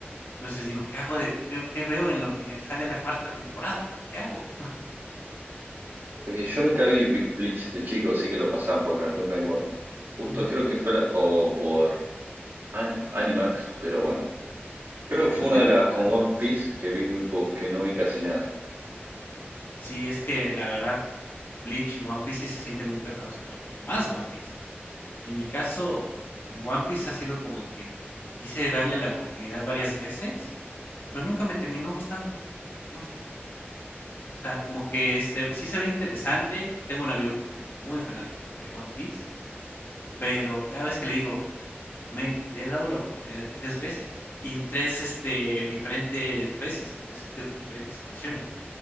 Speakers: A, on the left; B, on the right.
A: Entonces digo, ¿qué hago de, qué, qué veo en lo que sale la cuarta temporada? ¿Qué hago? <laughs>
B: Eh, yo nunca vi Be- Bleach de chico, sí que lo pasaban por Cartoon Network. Justo
A: Ujú,
B: creo que fue la- o por An- Animax, pero bueno. Creo que fue
A: Creo que
B: una de las
A: por
B: con
A: Animax.
B: One Piece que vi muy poco, que no vi casi nada.
A: Sí, es que la verdad, Bleach y One Piece sí se sienten muy pesados, pero más One Piece. En mi caso, de- con One Piece ha sido como que quise darle la oportunidad varias veces, pero nunca me terminó gustando. No sé. O sea, como que se sí se ve interesante. Tengo un amigo que también es muy fanático de One Piece, pero cada vez que le digo: "Men, le he dado la oportunidad 3 veces, y en tres este, diferentes veces, en 3 di diferentes ocasiones".